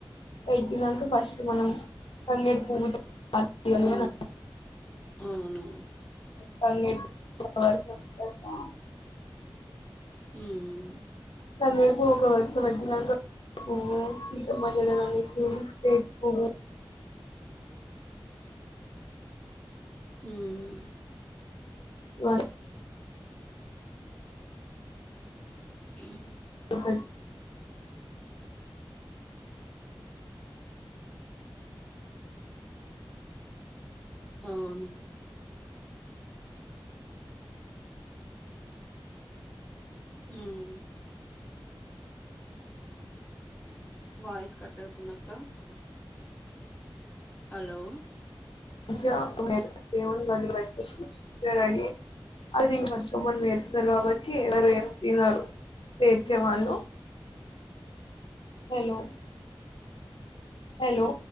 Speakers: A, on the left (about 80°); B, on the left (about 15°).
A: పెట్టినాక ఫస్ట్ మనం తంగేడు పువ్వు తాగాలి
B: ఆ
A: అని
B: అవునవును
A: తంగేడు పూల వరకు వొస్తే బాగుండు
B: మ్మ్
A: తంగేడు పువ్వు ఒక వర్స పెట్టినంక పోము సీతమ్మ జడలో <unintelligible> పువ్వు
B: మ్మ్
A: వాని
B: మ్మ్ హ్మ్
A: సహన్
B: అవును హ్మ్ వాయిస్ కట్ అవుతుందక్క హలో
A: మంచిగ దేవుని <unintelligible> మంచిగ రెడీ అయి బతుకమ్మ చేస్తారు వచ్చి ఎవరు ఏం తినరు పేర్చే వాళ్ళు హలో హలో